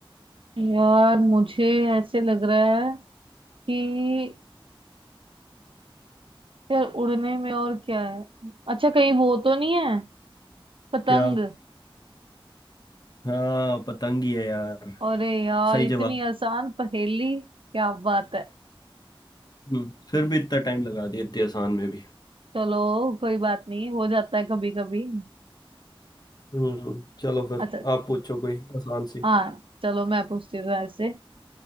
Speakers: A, on the right (about 70°); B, on the left (about 45°).
A: यार मुझे ऐसे लग रहा है कि यार उड़ने में और क्या है अच्छा कहीं वो तो नहीं है पतंग
B: क्या हाँ पतंग ही है यार
A: अरे यार
B: सही
A: इतनी
B: जवाब
A: आसान पहेली क्या बात है
B: हम्म फिर भी इतना टाइम लगा दिया इतनी आसान में भी
A: चलो कोई बात नहीं हो जाता है कभी कभी
B: हम्म चलो फिर
A: अच्छा
B: आप पूछो कोई आसान सी
A: हाँ चलो मैं पूछती हूँ ऐसे